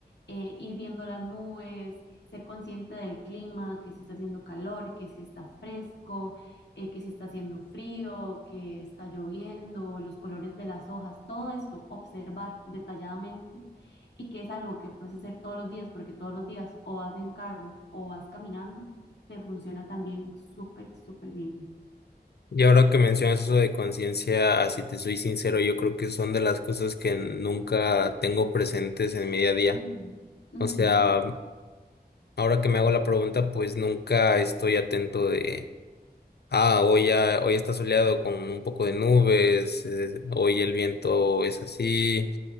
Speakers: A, on the left (about 85°); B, on the left (about 70°).
A: Eh, ir viendo las nubes, ser consciente del clima, que si está haciendo calor, que si está fresco, eh, que si está haciendo frío, que está lloviendo, los colores de las hojas, todo esto, observar detalladamente y que es algo que puedes hacer todos los días, porque todos los días o vas en carro o vas caminando, te funciona también súper, súper bien.
B: Y ahora que mencionas eso de conciencia, si te soy sincero, yo creo que son de las cosas que nunca tengo presentes en mi día a día.
A: Ujú, ujú,
B: O sea, ahora que me hago la pregunta, pues nunca estoy atento de... Ah, hoy ya, hoy está soleado con un poco de nubes, eh, hoy el viento es así.